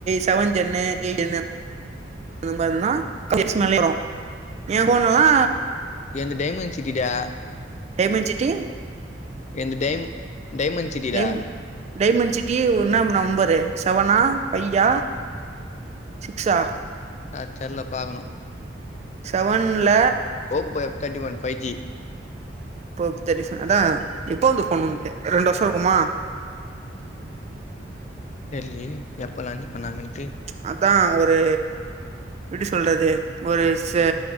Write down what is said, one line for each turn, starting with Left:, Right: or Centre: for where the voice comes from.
Right: செவன் ஜென்னு எய்ட் ஜென்னு அந்த மாறினா கம்மி எக்ஸ் மேலயே வரு எ போன்ல எல்லா
Left: எந்து டைமண்ட் சிட்டிடா
Right: டைமண்ட் சிட்டி
Left: எந்த டைமண் டைமண்ட் சிட்டிடா
Right: டைம் டைமண்ட் சிட்டி ஒன்னாம் நெம்பரு செவனா ஃபைவா சிக்ஸா
Left: அது தெர்ல பாக்கணு
Right: செவன்ல
Left: Oppo F thirty one five G
Right: Oppo thirty five அதா எப்போ வந்த போன் உன்து ஒரு ரெண்டு வருஷோ இருக்குமா
Left: தெர்லயேஸஎப்ப லாஞ்ச் பண்ணாங்கன்னு
Right: ப்ச் அதா ஒரு எப்படி சொல்றது ஒரு செ